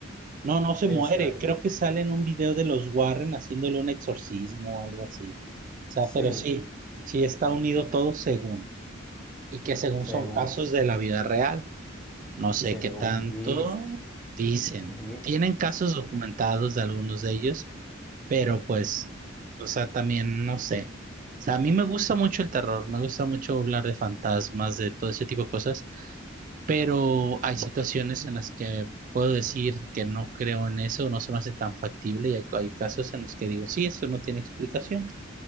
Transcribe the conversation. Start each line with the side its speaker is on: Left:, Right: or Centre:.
Right: No, no se
Centre: Exacto.
Right: muere, creo que sale en un video de los Warren haciéndole un exorcismo o algo así. O sea,
Centre: Sí,
Right: pero sí, sí está unido todo según, y que según
Centre: según,
Right: son casos de la vida real. No sé
Centre: según,
Right: qué tanto
Centre: dice,
Right: dicen.
Centre: dice,
Right: Tienen casos documentados de algunos de ellos, pero pues, o sea, también no sé. O sea, a mí me gusta mucho el terror, me gusta mucho hablar de fantasmas, de todo ese tipo de cosas, pero hay situaciones en las que puedo decir que no creo en eso, no se me hace tan factible y hay, hay casos en los que digo, sí, esto no tiene explicación.